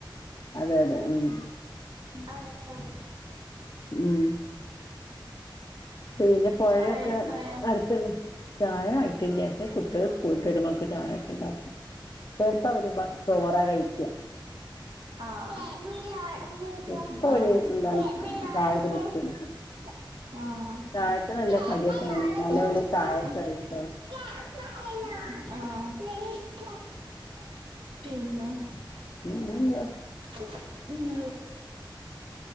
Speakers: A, on the left; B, on the right.
A: അതെ അതെ ഉം
B: അകത്താണ്
A: ഉം പിന്നെ പുഴയൊക്കെ
B: ചായക്കായോ
A: അടുത്തുണ്ട് ചായ ആയിട്ടില്ല കുട്ടികള് സ്കൂള്ട്ട് വരുമ്പോഴേക്കും ചായൊക്കെ ഉണ്ടാക്കും ചെറുപ്പാവര് ചോറാ കഴിക്ക
B: ആഹ്
A: ചെലപ്പോ അവര്
B: ആഹ്
A: എന്താണ് ചായ കുടിക്കും
B: ആഹ്
A: ചായക്ക് നല്ല കടിയൊക്കെ വേണം എന്നാലേ ഓല് ചായയൊക്കെ
B: ആഹ്
A: കഴിക്കുള്ളൂ
B: പിന്നെ
A: പിന്നെ എന്താ
B: ഉം